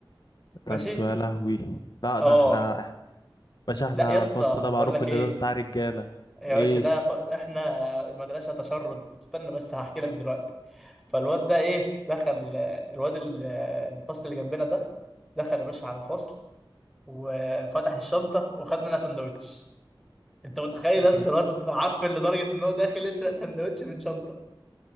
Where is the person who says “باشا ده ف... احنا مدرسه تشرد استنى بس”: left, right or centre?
Centre